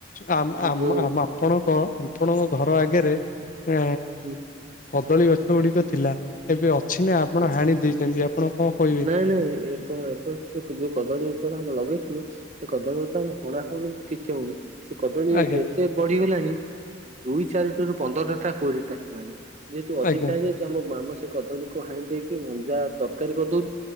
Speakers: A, on the left; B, on the right.
A: ଆମ
B: ଯୋଉ
A: ଆପଣଙ୍କ, ଆପଣଙ୍କ ଘର ଆଗରେ ଆ
B: ହୁଁ ହୁଁ।
A: କଦଳୀ ଗଛ ଗୁଡିକ ଥିଲା ଏବେ ଅଛି ନା ଆପଣ ହାଣି ଦେଇଛନ୍ତି ଆପଣ କଣ କହିବେ?
B: ନାଇ ନାଇ ଏ ସେ ଯୋଉ କଦଳୀ ଗଛରେ ଆମେ ଲଗେଇଥିଲୁ ସେ କଦଳୀ ଗଛରେ ଆମେ ହଣା ହୁଣି କିଛି ହଉନି। ସେ କଦଳୀ
A: ଆଜ୍ଞା
B: ଯେ ଏତେ ବଢିଗଲାଣି ଦୁଇ ଚାରିଟାରୁୁ ପନ୍ଦରଟା ଟା କୋଡିଏ ଟା ହେଇଗଲାଣି ଯେହେତୁ ଅଧିକା
A: ଆଜ୍ଞା
B: ହେଇ ଆମ ମାମା ସେ କଦଳୀକୁ ହାଣି ଦେଇକି ମଞ୍ଜା ତରକାରୀ କରିଦଉଚୁ